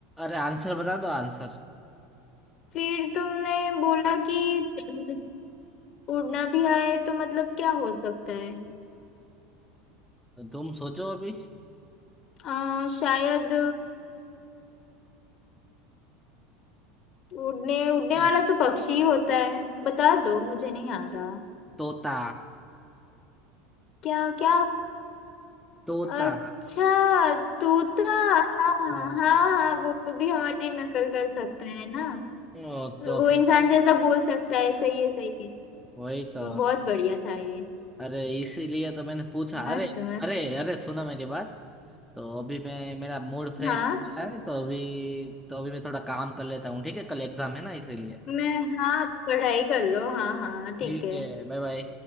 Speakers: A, in the centre; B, on the left (about 40°).
A: अरे आंसर बता दो आंसर
B: फिर तुमने बोला कि उड़ना भी आए तो मतलब क्या हो सकता है
A: तुम सोचो अभी
B: अ, शायद उड़ने उड़ने
A: क्या
B: वाला तो पक्षी ही होता है बता दो मुझे नहीं आ रहा
A: तोता
B: क्या क्या
A: तोता
B: अच्छा तोता हाँ हाँ
A: हाँ,
B: हाँ वो वो भी हमारी नकल कर सकता है ना
A: ओ तो
B: वो
A: फिर
B: इंसान जैसा बोल सकता है सही है सही है
A: वही तो
B: बहुत बढ़िया था ये
A: अरे इसीलिए तो मैंने पूछा
B: मस्त
A: अरे
B: मस्त
A: अरे अरे सुना मेरी बात तो अभी मैं मेरा मूड फ्रेश
B: हाँ
A: हो गया है तो अभी तो अभी मैं थोड़ा काम कर लेता हूँ ठीक है कल एग्जाम है ना इसीलिए
B: मैं हाँ पढ़ाई कर लो हाँ हाँ ठीक
A: ठीक
B: है
A: है बाय बाय